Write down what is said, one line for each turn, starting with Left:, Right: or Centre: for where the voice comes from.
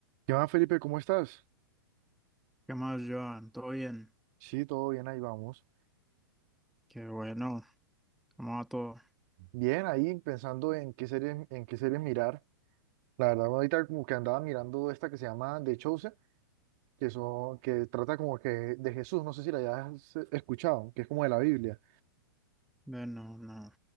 Right: ¿Qué más, Felipe? ¿Cómo estás?
Centre: ¿Qué más, Joan? ¿Todo bien?
Right: Sí, todo bien, ahí vamos.
Centre: Qué bueno. ¿Cómo va todo?
Right: Bien, ahí pensando en qué series, en qué series mirar. La verdad, ahorita como que andaba mirando esta que se llama The Chosen, que, son, que trata como que de Jesús, no sé si la hayas eh, escuchado, que es como de la Biblia,
Centre: Bueno, no.